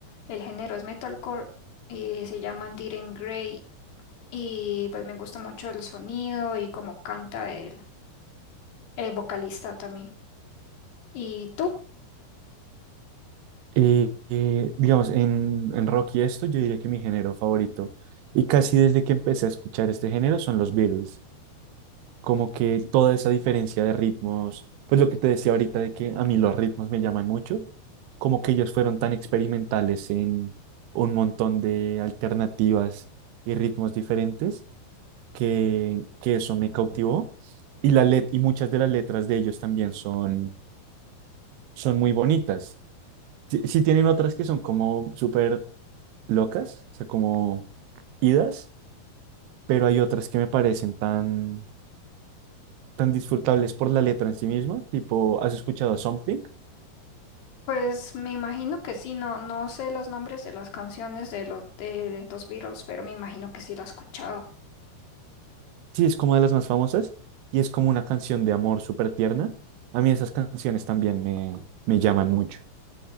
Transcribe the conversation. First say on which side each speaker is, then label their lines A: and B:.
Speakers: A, on the left; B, on the right.
A: el género es metalcore, y se llaman Diren Grey y pues me gusta mucho el sonido y cómo canta el, el vocalista también. ¿Y tú?
B: Eh, eh, digamos, en, en rock y esto, yo diría que mi género favorito, y casi desde que empecé a escuchar este género, son los Beatles. como que toda esa diferencia de ritmos, pues lo que te decía ahorita de que a mí los ritmos me llaman mucho, como que ellos fueron tan experimentales en un montón de alternativas y ritmos diferentes que, que eso me cautivó. Y, la let- y muchas de las letras de ellos también son, son muy bonitas. Sí, sí tienen otras que son como súper locas, o sea, como idas, pero hay otras que me parecen tan tan disfrutables por la letra en sí misma, tipo, ¿has escuchado Something?
A: Pues me imagino que sí, no, no sé los nombres de las canciones de los, de los Beatles, pero me imagino que sí la has escuchado.
B: Sí, es como de las más famosas y es como una canción de amor súper tierna. A mí esas canciones también me, me llaman mucho.